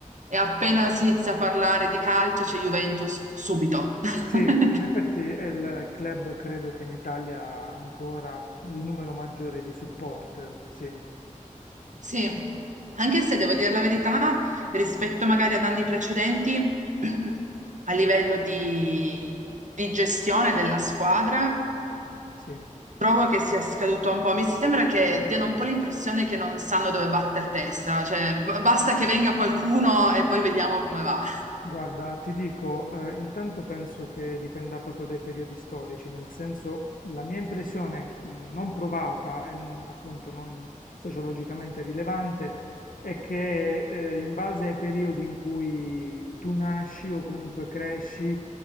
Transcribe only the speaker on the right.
e appena si inizia a parlare di calcio c'è Juventus subito. <laughs>
Sì, anche se devo dire la verità, rispetto magari ad anni precedenti, <clears throat> a livello di, di gestione della squadra,
trovo che sia scaduto un po'. Mi sembra che
diano un po' l'impressione che non sanno dove batter testa, cioè b- basta che venga qualcuno e poi vediamo come va.